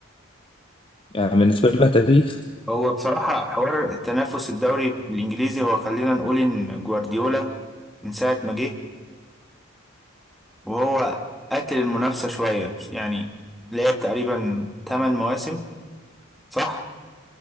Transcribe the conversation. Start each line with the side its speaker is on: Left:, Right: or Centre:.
Left: يعني بالنسبه لها تاريخ
Centre: هو بصراحة حوار التنافس الدوري الانجليزي هو خلينا نقول ان جوارديولا من ساعة ما جه وهو قتل المنافسة شوية يعني لعب تقريبا 8 مواسم صح؟